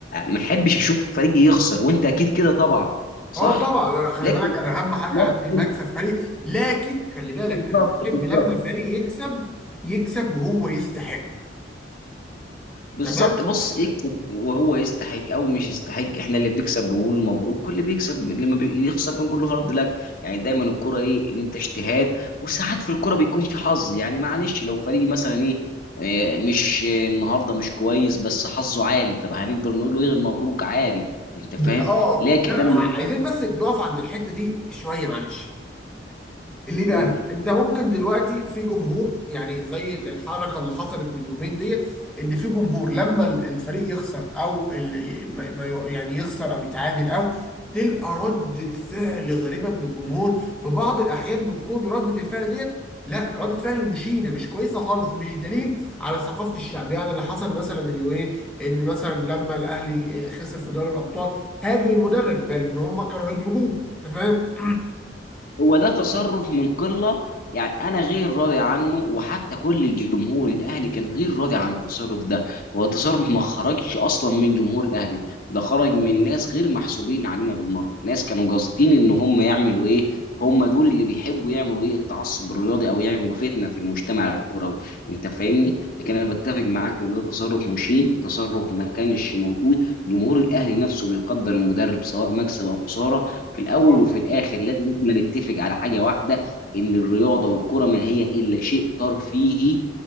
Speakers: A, on the left (about 50°); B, in the centre.
A: ما احبش اشوف فريقي يخسر وانت اكيد كده طبعا صح
B: اه طبعا خلي
A: لكن
B: بالك انا اهم حاجه
A: لكن
B: عندي مكسب فريق لكن خلي بالك
A: بالظبط
B: انا بحب
A: بالظبط
B: لما الفريق يكسب يكسب وهو يستحق
A: بالظبط
B: تمام
A: بص يكسب وهو يستحق او مش يستحق احنا اللي بنكسب بنقول له مبروك واللي بيكسب لما بيخسر بنقول له هارد لك يعني دايما الكرة ايه انت اجتهاد وساعات في الكرة بيكون في حظ يعني معلش لو فريق مثلا ايه آه، مش آه، النهارده مش كويس بس حظه عالي طب هنقدر نقول له ايه غير مبروك عادي انت فاهم
B: ب- اه
A: لكن
B: لا،
A: لما
B: عايزين بس نقف عند الحته دي شويه معلش ليه بقى؟
A: جول
B: انت ممكن دلوقتي في جمهور يعني زي الحركه اللي حصلت من يومين ديت ان في جمهور لما الفريق يخسر او ال- ما- ما- يعني يخسر او يتعادل او تلقى ردة فعل غريبة من الجمهور في بعض الأحيان بتكون ردة الفعل ديت لا ردة فعل مشينة مش كويسة خالص مش دليل على ثقافة الشعب يعني اللي حصل مثلا من يومين إن مثلا لما الأهلي آه، خسر في دوري الأبطال هاجم المدرب بل إن هم كانوا هيضربوه أنت فاهم؟
A: هو ده تصرف من قله يعني انا غير راضي عنه وحتى كل جمهور الاهلي كان غير راضي عن التصرف ده هو تصرف ما خرجش اصلا من جمهور الاهلي ده خرج من ناس غير محسوبين علينا بالمره ناس كانوا قاصدين ان هم يعملوا ايه هم دول اللي بيحبوا يعملوا ايه التعصب الرياضي او يعملوا فتنه في المجتمع الكروي انت فاهمني لكن انا بتفق معاك ان ده تصرف مشين تصرف ما كانش موجود جمهور الاهلي نفسه بيقدر المدرب سواء مكسب او خساره في الاول
B: <clears throat>
A: وفي الاخر لازم احنا نتفق على حاجه واحده ان الرياضه والكره ما هي الا شيء ترفيهي